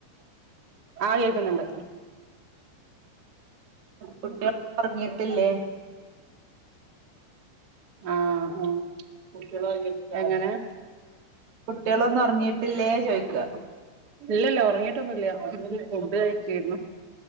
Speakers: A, on the right (about 40°); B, on the right (about 60°).
A: ആ കേ ക്ന്ന്ണ്ട്
B: കുട്ടി <inaudible> ള് ഒറങ്ങീട്ടില്ലേ
A: ആഹ് ആ എങ്ങനെ
B: കുട്ടികളൊന്നും ഒറങ്ങീട്ടില്ലേ ചോയി ക്ക
A: ഇല്ലല്ല ഒറങ്ങീട്ടൊന്നുല്ല ഫുഡ് കഴിക്കേ ര്ന്നു